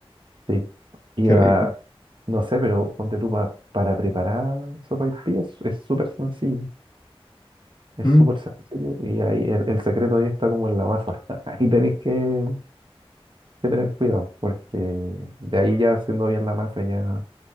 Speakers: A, on the right; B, on the left.
A: Sí. Iba,
B: Qué rico.
A: no sé, pero ponte tú pa- para preparar sopa y es es súper sencillo. Es
B: Mm.
A: súper sencillo y ahí el, el secreto ahí está como en la masa. <laughs> Ahí tenéis que, que tener cuidado, porque de ahí ya haciendo bien la masa, ya